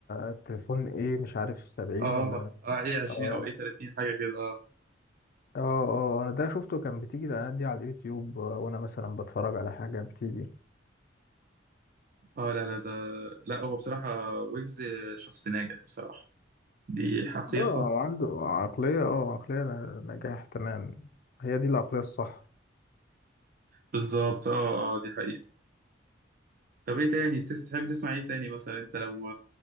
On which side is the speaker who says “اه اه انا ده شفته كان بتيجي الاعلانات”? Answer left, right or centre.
Left